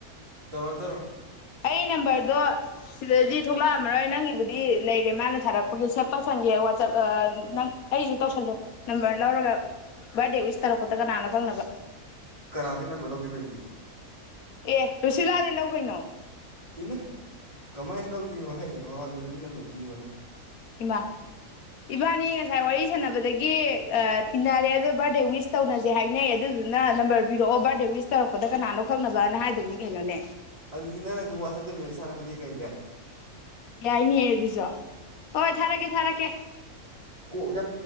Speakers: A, on the right; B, on the left.
A: ꯇꯧꯔꯣ ꯇꯧꯔꯣ
B: ꯑꯩ ꯅꯝꯕꯔꯗꯣ ꯁꯤꯗꯗꯤ ꯊꯣꯛꯂꯛꯑꯝꯃꯔꯣꯏ ꯅꯪꯒꯤꯕꯨꯗꯤ ꯂꯩꯔꯦ ꯃꯥꯅ ꯊꯥꯔꯛꯄꯒꯤ ꯁꯦꯞ ꯇꯧꯁꯟꯒꯦ ꯋꯥꯆꯞ ꯅꯪ ꯑꯩꯁꯨ ꯇꯧꯁꯜꯂꯣ ꯅꯝꯕꯔ ꯂꯧꯔꯒ ꯕꯥꯔꯗꯦ ꯋꯤꯁ ꯇꯥꯔꯛꯄꯗ ꯀꯅꯥꯅꯣ ꯐꯪꯅꯕ
A: ꯀꯅꯥꯗꯅ ꯃꯂꯣ ꯑꯗꯨꯕꯗꯤ
B: ꯑꯦ ꯂꯨꯁꯤꯂꯥꯑꯗꯦ ꯂꯧ ꯀꯩꯅꯣ
A: ꯏꯃꯥꯏ ꯀꯃꯥꯏꯅ ꯂꯧꯗꯣꯏꯅꯣꯍꯩ ꯃꯃꯣꯟꯗ ꯄꯤꯅꯝꯕ ꯄꯤꯌꯣꯅ
B: ꯏꯃꯥ ꯏꯃꯥꯅꯤ ꯉꯁꯥꯏ ꯋꯥꯔꯤ ꯁꯥꯟꯅꯕꯗꯒꯤ ꯇꯤꯟꯅꯔꯦ ꯑꯣ ꯕꯥꯔꯗꯦ ꯋꯤꯁ ꯇꯧꯅꯁꯦ ꯍꯥꯏꯅꯩ ꯑꯗꯨꯗꯨꯅ ꯅꯝꯕꯔ ꯄꯤꯔꯛꯑꯣ ꯕꯥꯔꯗꯦ ꯋꯤꯁ ꯇꯧꯔꯛꯄꯗ ꯀꯅꯥꯅꯣ ꯈꯪꯅꯕꯅ ꯍꯥꯏꯗꯧꯅꯤ ꯀꯩꯅꯣꯅꯦ
A: ꯑꯗꯨꯗꯤ ꯅꯪ ꯑꯗꯨꯝ ꯋꯥ ꯆꯞꯇ ꯃ ꯁꯥꯔꯛꯄꯗꯤ ꯀꯩ ꯀꯥꯏ
B: ꯌꯥꯏꯅꯦꯌꯦ ꯑꯗꯨ ꯑꯗꯨꯖꯣ ꯍꯣꯏ ꯊꯥꯔꯛꯀꯦ ꯊꯥꯔꯛꯀꯦ
A: ꯀꯣꯛ